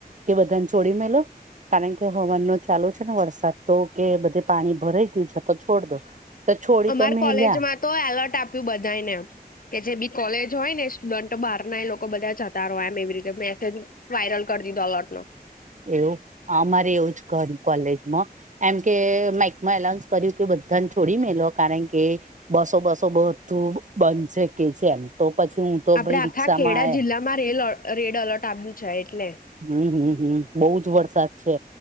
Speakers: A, on the right; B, on the left.
A: એ બધાને છોડી મે લો કારણ કે હોવાનોજ ચાલુ છે ને વરસાદ તો કે બધે પાણી ભરાઈ ગયું છે તો છોડ દો. તો છોડી
B: અમાર
A: તો મેલ્યા
B: કોલેજમાં તો એલર્ટ આપ્યું બધાને કે જે બી કોલેજ જોય ને સ્ટુડન્ટ બાર ના એ લોકો બધા જતા રહો એમ એવી રીતે મેસેજ વાયરલ કરી દીધો એલોટ નો
A: એવું અમારે એવું જ ઘર કોલેજમાંહ એમ કે માઈકમાં એલાઉન્સ કર્યું કે બધાને છોડી મે લો કારણ કે બસો બસો બું બંધ શકે છે એમ તો પછી હું. તો
B: આપડે
A: ભાઈ
B: આખા
A: રિક્ષામાં
B: ખેડા
A: આયા
B: જિલ્લામાં રલ રેડ એલર્ટ આવ્યું છે એટલે
A: હમ્મ હમ્મ હમ્મ બહુ જ વરસાદ છે